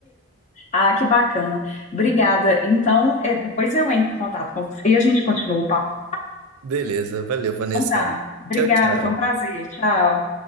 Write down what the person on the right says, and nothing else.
Beleza, valeu, Vanessa.
Tchau, tchau.